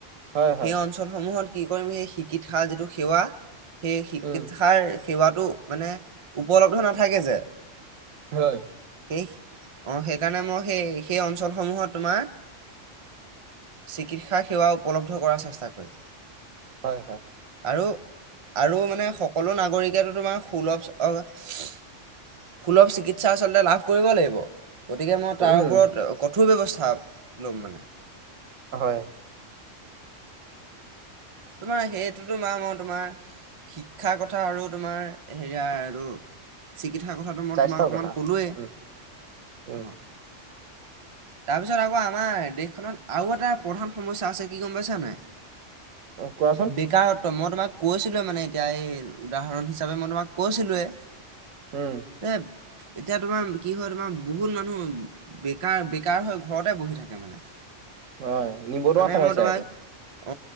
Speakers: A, on the right (about 85°); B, on the right (about 30°).
A: হয় হয়
B: সেই অঞ্চলসমূহত। কি কৰিম সেই শিকি থা যিটো সেৱা, সেই শিক্ষাৰ
A: উম,
B: সেৱাটো মানে উপলব্ধ নাথাকে যে,
A: হয়।
B: স অ সেইকাৰণে মই সেই সেই অঞ্চলসমূহত তোমাৰ চিকিৎসা সেৱা উপলব্ধ কৰাৰ চেষ্টা কৰিম।
A: হয় হয়!
B: আৰু আৰু মানে সকলো নাগৰিকেতো তোমাৰ সুলভ সুলভ চিকিৎসা। চিকিৎসা আচলতে লাভ কৰিব লাগিব। গতিকে মই
A: উম,
B: তাৰ ওপৰত ক কঠোৰ ব্যৱস্থা লম মানে
A: হয়
B: তোমাৰ সেইটোতো মাৰ মই তোমাৰ শিক্ষাৰ কথা আৰু তোমাৰ হেৰি আ ৰু ক্ষা কথাটো মই
A: স্বাস্থ্যৰ
B: তোমাক অকণমান
A: কথা।
B: ক'লোৱেই
A: উম, উম,
B: অঁ তাৰপিছত আকৌ আমাৰ দেশখনত আৰু এটা প্ৰধান সমস্যা আছে কি গম পাইছানে
A: কোৱাচোন,
B: বেকাৰত্ব মই তোমাক কৈছিলো মানে এতিয়া এই উদাহৰণ হিচাপে মই তোমাক কৈছিলো তোৱে।
A: উম,
B: এ এতিয়া তোমাৰ কি হয় তোমাৰ বহুত মানুহ বেকাৰ বে কাৰ হৈ ঘৰতে বহি থাকে মানে
A: হয় নিবনুৱা
B: মানে
A: সমস্যা
B: মই তোমাক
A: এইটো
B: অ